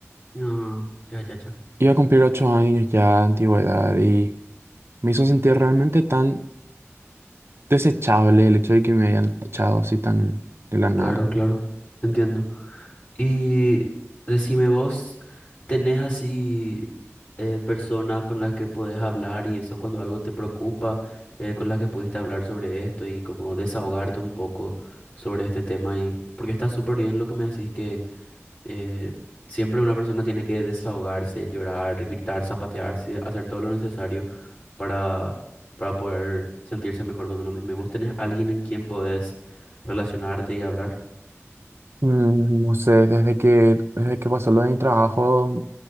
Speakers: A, on the left; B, on the right.
A: Ah, ya, ya, ya.
B: Iba a cumplir ocho años ya de antigüedad y me hizo sentir realmente tan desechable el hecho de que me hayan echado así tan de la
A: Claro,
B: nada.
A: claro. Entiendo. Y decime vos, ¿tenés así eh, personas con las que podés hablar y eso cuando algo te preocupa, eh, con las que pudiste hablar sobre esto y como desahogarte un poco sobre este tema? Y, porque está súper bien lo que me decís que eh, siempre una persona tiene que desahogarse, llorar, gritar, zapatearse, hacer todo lo necesario para, para poder sentirse mejor con uno mismo. ¿Y vos tenés alguien en quien podés relacionarte y hablar?
B: Mm, No sé, desde que, desde que pasó lo de mi trabajo,